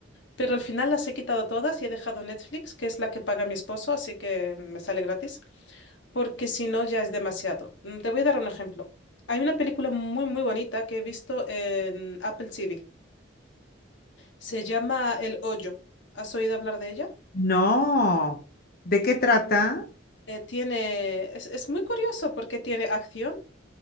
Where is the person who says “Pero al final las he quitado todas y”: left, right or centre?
Left